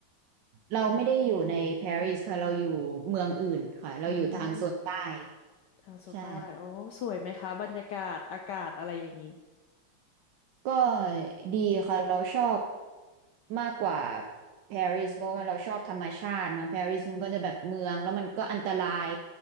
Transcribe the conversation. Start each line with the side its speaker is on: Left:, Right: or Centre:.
Right: เราไม่ได้อยู่ในปารีสค่ะเราอยู่เมืองอื่นค่ะเราอยู่ทางโซนใต้
Left: อืม ทางโซนใต้โอ้
Right: ใช่
Left: สวยไหมคะ บรรยากาศ อากาศอะไรอย่างนี้
Right: ก็ดีค่ะเราชอบมากกว่าปารีสเพราะว่าเราชอบธรรมชาติเนาะปารีสมันก็จะแบบเมืองแล้วมันก็อันตราย